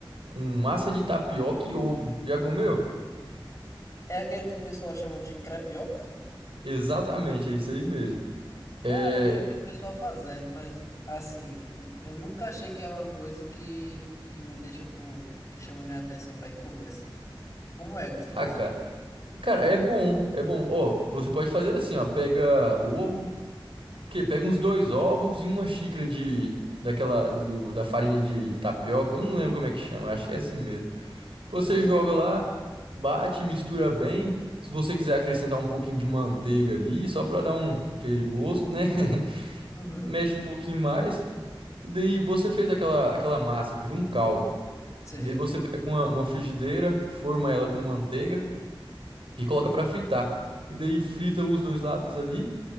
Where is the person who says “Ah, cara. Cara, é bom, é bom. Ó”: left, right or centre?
Right